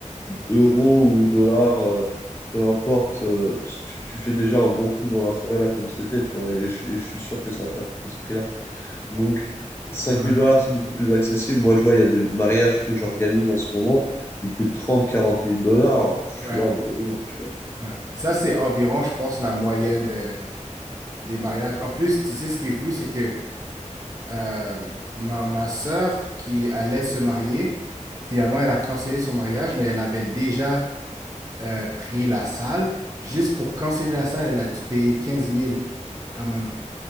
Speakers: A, on the left; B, on the right.
A: euros ou dollars. euh, peu importe, euh, tu, tu fais déjà un bon truc dans la forêt là comme c'était, tu vois, et je, et je suis sûr que ça n'a pas coûté ce prix-là. Donc cinq
B: Ouais.
A: mille dollars, c'est beaucoup plus accessible. Moi, je vois, il y a des mariages que j'organise en ce moment, ils coûtent trente, quarante mille dollars. Je
B: Ouais.
A: suis là en mode, non, tu vois.
B: Ouais. Ça, c'est environ, je pense, la moyenne de- des mariages. En plus, tu sais, ce qui est fou, c'est que euh, ma, ma sœur qui allait se marier, finalement, elle a cancellé son mariage, mais elle avait déjà euh, pris la salle. Juste pour canceller la salle, elle a dû payer quinze mille, quand même.